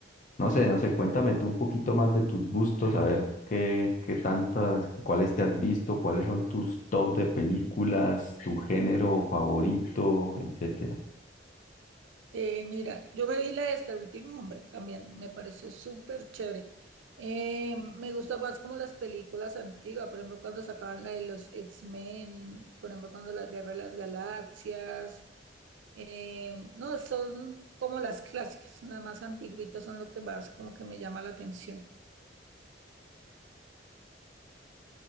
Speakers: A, on the left; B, on the right.
A: No sé, no sé, cuéntame tú un poquito más de tus gustos, a ver qué, qué tantas, cuáles te has visto, cuáles son tus top de películas, tu género favorito, etc.
B: Eh, mira, yo me vi la de Hasta el último hombre también, me pareció súper chévere. Eh, me gusta más como las películas antiguas, por ejemplo, cuando sacaban la de los X-Men, por ejemplo, cuando la Guerra de las Galaxias Eh, no, son como las clásicas, las más antiguitas son lo que más como que me llama la atención.